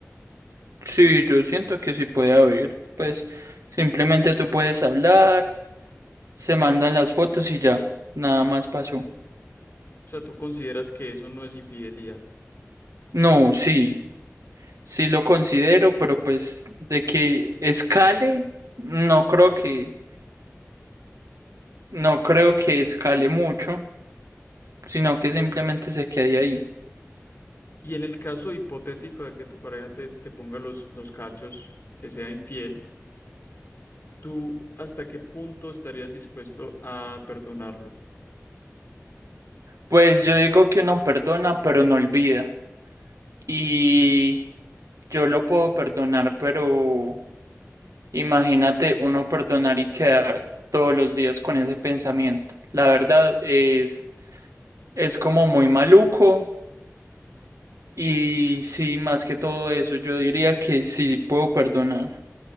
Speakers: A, on the right; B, on the left.
A: Sí, yo siento que sí puede haber. Pues simplemente tú puedes hablar, se mandan las fotos y ya, nada más pasó.
B: O sea, tú consideras que eso no es infidelidad.
A: No, sí, sí lo considero, pero pues de que escale, no creo que, no creo que escale mucho. sino que simplemente se quede ahí.
B: Y en el caso hipotético de que tu pareja te, te ponga los, los cachos, te sea infiel, ¿tú hasta qué punto estarías dispuesto a perdonarlo?
A: Pues yo digo que uno perdona, pero no olvida. Y yo lo puedo perdonar, pero imagínate uno perdonar y quedar todos los días con ese pensamiento. La verdad es, es como muy maluco. Y sí, más que todo eso, yo diría que sí puedo perdonar.